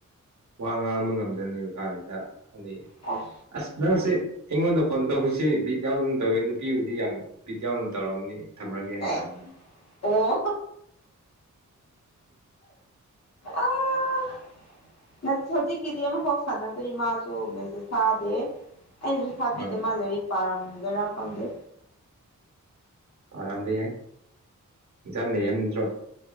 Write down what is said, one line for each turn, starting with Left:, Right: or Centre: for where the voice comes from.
Right: ꯋꯥ ꯉꯥꯡꯕ ꯉꯝꯗꯅꯦꯕ ꯀꯥꯟꯁꯤꯗ ꯑꯩ
Left: ꯑꯣꯏ
Right: ꯑꯁ ꯅꯪꯁꯦ ꯑꯩꯉꯣꯟꯗ ꯐꯣꯟ ꯇꯧꯁꯤ ꯕꯤꯠ ꯌꯥꯎꯗꯅ ꯇꯧꯋꯦ ꯅꯨꯄꯤꯕꯨꯗꯤ ꯌꯥꯝ ꯕꯤꯠ ꯌꯥꯎꯅ ꯇꯧꯔꯝꯅꯤ ꯊꯝꯃꯒꯦꯅ
Left: ꯑꯦ
Right: ꯊꯝ
Left: ꯑꯣ ꯑꯥ ꯍꯧꯖꯤꯛꯀꯤꯗꯤ ꯑꯃꯐꯥꯎ ꯁꯥꯟꯅꯗ꯭ꯔꯤ ꯃꯥꯁꯨ ꯃꯦꯁꯦꯁ ꯊꯥꯗꯦ ꯑꯩꯅꯁꯨ ꯊꯥꯕꯤꯗꯦ
Right: ꯑ
Left: ꯃꯥ ꯂꯥꯏꯔꯤꯛ ꯄꯥꯔꯝꯒꯦꯔꯥ ꯐꯪꯗꯦ
Right: ꯄꯥꯔꯝꯕ ꯌꯥꯏ ꯑꯦꯛꯖꯥꯝ ꯂꯩꯕꯅꯠꯇ꯭ꯔꯣ